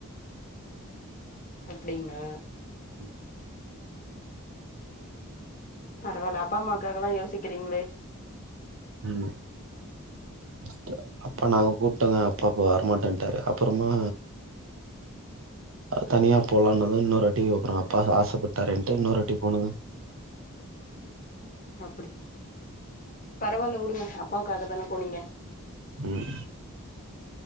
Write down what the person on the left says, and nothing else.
அப்டிங்களா
பரவாயில்ல அப்பா அம்மாக்காக எல்லா யோசிக்கிறீங்களே
அப்டி பரவாயில்ல வுடுங்க அப்பாவுக்காக தான போனீங்க